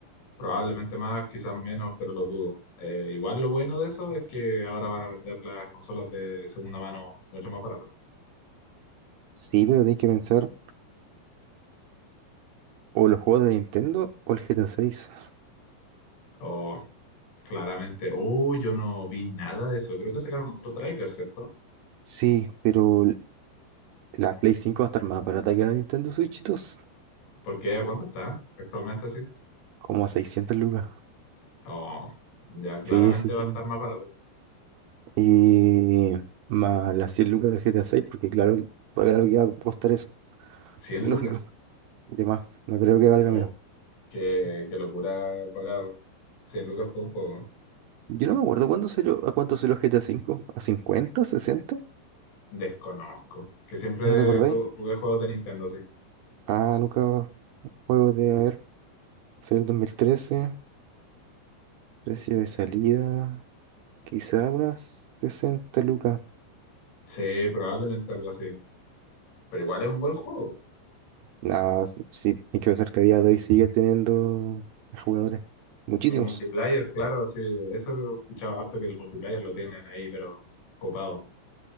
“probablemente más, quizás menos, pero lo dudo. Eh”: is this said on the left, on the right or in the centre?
Left